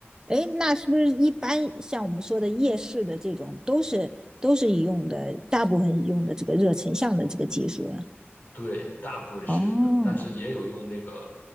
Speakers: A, on the right (about 15°); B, on the left (about 45°).
A: 哎，那是不是一般像我们说的夜视的这种，都是都是用的，大部分用的这个热成像的这个技术呢？
B: 对，大部分是用的，
A: 哦
B: 但是也有用那个，